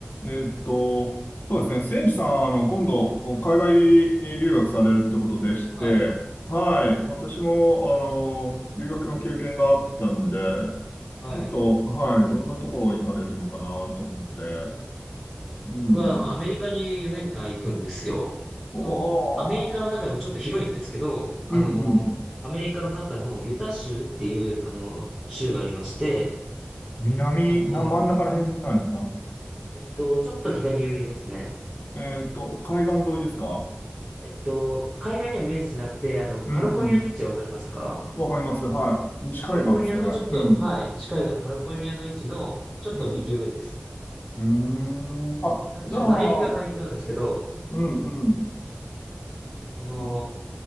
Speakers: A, on the left; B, in the centre.
A: えっと、そうですね。せいじさん、あの、今度、海外留学されるってことでして、
B: はい、
A: はい。私も、あの、留学の経験があったんで、
B: はい。
A: ちょっと、はい。どんなところ行かれるのかなと思って。うん。
B: 僕はあのアメリカに4年間行くんですよ。
A: お
B: の、アメリカの中でもちょっと広いんですけど、
A: ー、
B: あの、
A: うんうん。
B: アメリカの中のユタ州っていう、あの、州がありまして、
A: 南、
B: あの、
A: な、真ん中ら辺なんですか
B: えっと、ちょっと左寄りですね。
A: えっと、海岸沿いですか
B: えっと、海岸には面してなくて、あの、カリフォルニアの位置わかりますか
A: うんうん。わかります。はい。西海岸ですよね。
B: カリフォルニアのちょっと、
A: うん。
B: はい、西海岸のカリフォルニアの位置のちょっと右上です。
A: うん。うーん。あ、
B: なんで、
A: じゃあ、
B: ちょっと内陸は内陸なんですけど、
A: うん、うん。
B: あの、
A: うん